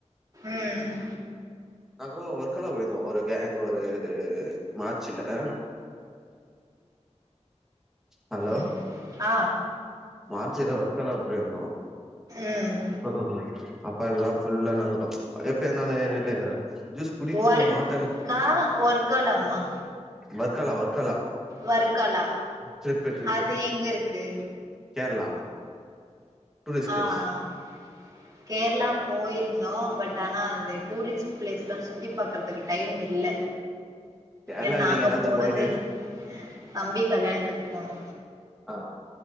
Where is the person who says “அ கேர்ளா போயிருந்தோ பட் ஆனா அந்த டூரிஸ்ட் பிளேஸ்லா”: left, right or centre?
Right